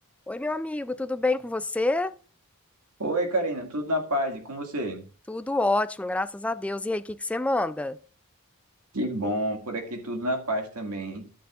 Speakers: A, in the centre; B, on the right (about 80°).
A: Oi, meu amigo, tudo bem com você?
B: Oi, Karina, tudo na paz? E com você?
A: Tudo ótimo, graças a Deus. E aí, o que que você manda?
B: Que bom, por aqui tudo na paz também.